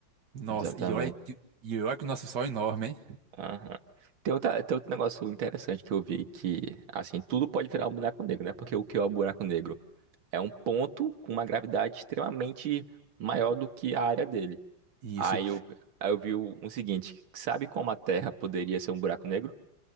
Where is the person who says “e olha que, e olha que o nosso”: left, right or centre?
Right